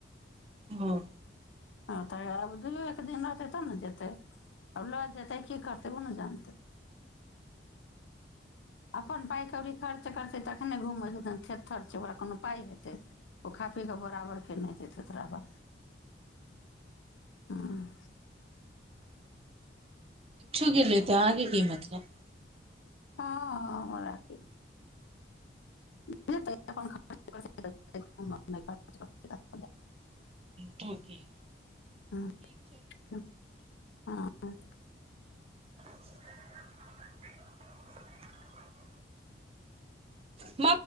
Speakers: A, on the right; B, on the left.
A: हँ
B: हँ तऽ आब दुइओ एक दिन रहतै तब ने जेतय आब लऽ जेतय की करतै ओ ने जानतै अपन पाइ कौड़ी खर्च करतै तखने घूमबय जे तय थेतथर छै ओकरा कोनो पाइ हेतै ओ खा पी कऽ बराबरके नहि हेतै थेथराह बा आं
A: कछु गेल ले तऽ आगे की मतलब
B: हँ राखय <unintelligible> <unintelligible>
A: तोंकी
B: ह ह
A: <unintelligible> म